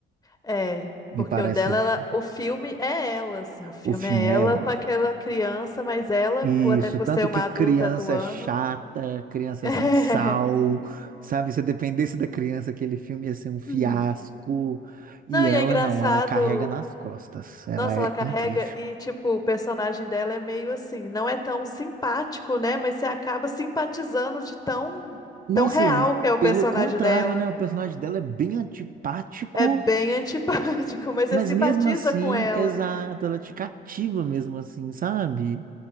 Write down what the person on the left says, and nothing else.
É,
porque
o dela,
ela- o filme é ela, assim, o filme
é ela
com aquela criança, mas ela,
por- até por
ser uma
adulta
atuando.
<laughs>
Hum.
Não,
e é engraçado.
Nossa,
ela carrega
e, tipo, o personagem dela é meio assim, não é tão simpático, né? Mas você acaba simpatizando de tão,
tão real
que é o personagem
dela.
É bem antipático, <laughs> mas
você simpatiza
com ela.